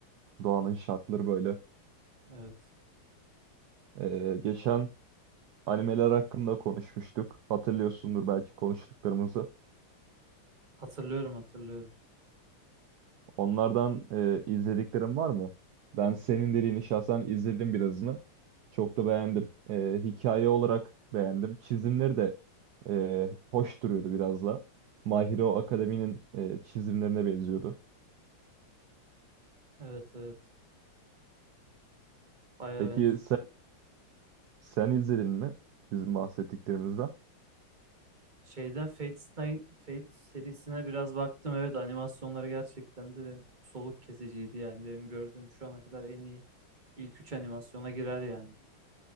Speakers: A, on the right; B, on the right.
A: Doğanın şartları böyle.
B: Evet.
A: Ee, geçen animeler hakkında konuşmuştuk. Hatırlıyorsundur belki konuştuklarımızı.
B: Hatırlıyorum hatırlıyorum.
A: Onlardan e, izlediklerin var mı? Ben senin dediğini şahsen izledim birazını. Çok da beğendim. Ee, hikaye olarak beğendim. Çizimleri de e, hoş duruyordu biraz da. My Hero Academy'nin e, çizimlerine benziyordu.
B: Evet evet. Baya
A: Peki
B: benziyor.
A: sen Sen izledin mi bizim bahsettiklerimizden?
B: Şeyden Fate, Stay- Fate serisine biraz baktım. Evet animasyonları gerçekten de benim soluk kesiciydi yani. Benim gördüğüm şu ana kadar en iyi ilk üç animasyona girer yani.